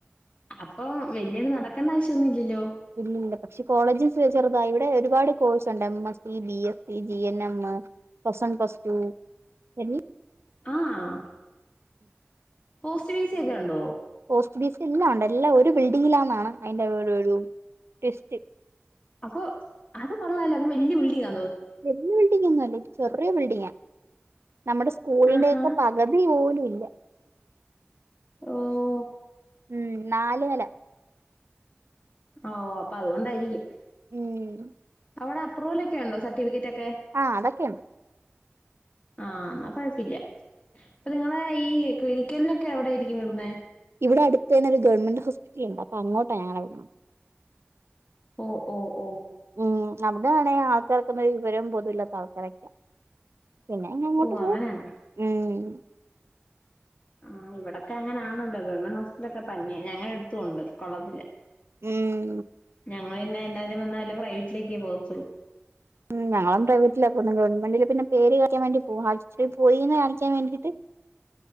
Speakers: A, on the left (about 30°); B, on the right (about 75°).
A: അപ്പോ വല്യ <unintelligible> നടക്കണ്ട ആവശ്യന്നും ഇല്ല്യല്ലോ
B: ഇല്ലില്ല പഷേ കോളേജ് ചെറുതാ ഇവടെ ഒരുപാട് കോഴ്സൊണ്ട് M S C, B S C, G N M plus one plus two എല്ല
A: ആഹ് പോസ്റ്റ് ഫീസിയൊക്കെ ഒണ്ടോ?
B: പോസ്റ്റ് ബിസി എല്ലാവോണ്ട് എല്ലാ ഒരു ബിൽഡിങ്ങിലാന്നാണ് അയിന്റെ ഒരു ഒരു ട്വിസ്റ്റ്
A: അപ്പോ അത് കൊള്ളല്ലോ അപ്പോ വല്യ ബിൽഡിങ്ങ
B: വല്യ ബിൽഡിങ്ങൊന്നും അല്ല ചെറിയ ബിൽഡിങ്ങാ നമ്മടെ സ്കൂളിന്റെക്കെ
A: ആഹാ
B: പ കതി പോലു ഇല്ല
A: ഓഹ്
B: ഉം നാല് നെല
A: ഓഹ് അപ്പോ അതുകൊണ്ടാരിക്കും
B: ഉം
A: അവടെ അപ്രുവലക്കെ ഒണ്ടോ സർട്ടിഫിക്കറ്റക്കെ
B: ആഹ് അതക്കെണ്ട്
A: ആഹ് അന്നാ കൊഴപ്പില്ല അപ്പോ നിങ്ങളെ ഈഹ് ക്ലിനിക്കലിനൊക്കെ എവിടരിക്കും വിടുന്നെ
B: ഇവടെ അടുത്തന്നെ ഒരു ഗവൺമെന്റ് ഹോസ്പിറ്റലൊണ്ട് അപ്പോ അങ്ങോട്ട ഞങ്ങളെ വി <unintelligible>
A: ഓഹ് ഓഹ് ഓഹ്
B: ഉം അവിടെയാണെ ആൾക്കാര്ക്കൊന്നൊരു വിവരോം ബോധോം ഇല്ലാത്ത ആൾക്കാരൊക്കെയാ പിന്നെ <unintelligible> അങ്ങോട്ട്
A: ഓ
B: പോവും
A: അങ്ങനെയാണോ?
B: ഉം
A: ആഹ് ഇവടെക്കെ അങ്ങനാണല്ലോ ഗവൺമെന്റ് ഹോസ്പിറ്റലൊക്കെ പന്നെയാ ഞങ്ങടെ അടുത്തുവോണ്ട് കൊള്ളത്തില്ലാ
B: ഉം
A: ഞങ്ങളന്നെ എ <unintelligible> വന്നാ വല്ല പ്രൈവറ്റിലേക്കേ പോകത്തോള്ളു
B: ഉം ഞങ്ങളും പ്രൈവറ്റിലാ പോകുന്നേ ഗവൺമെൻറ്റില് പിന്നെ പേര് കാണിക്കാൻ വേണ്ടി പോകും ആശുപത്രി പോയിന്ന് കാണിക്കാൻ വേണ്ടീട്ട്